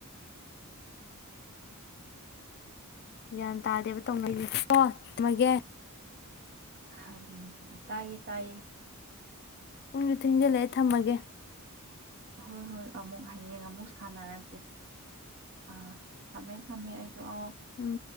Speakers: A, on the left; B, on the right.
A: ꯒ꯭ꯌꯥꯟ ꯇꯥꯗꯦꯕ ꯇꯧꯅꯔꯤꯣ ꯊꯃꯒꯦ
B: ꯈ ꯇꯌꯦ ꯇꯥꯏꯌꯦ
A: ꯄꯨꯡꯁꯨ ꯊꯤꯟꯖꯤꯜꯂꯛꯑꯦ ꯊꯝꯃꯒꯦ
B: ꯍꯣꯏ ꯍꯣꯏ ꯑꯃꯨꯛ ꯍꯌꯦꯡ ꯑꯃꯨꯛ ꯁꯥꯟꯅꯔꯁꯦ ꯑꯥ ꯊꯝꯃꯦ ꯊꯝꯃꯦ ꯑꯩꯁꯨ ꯑꯧ
A: ꯎꯝ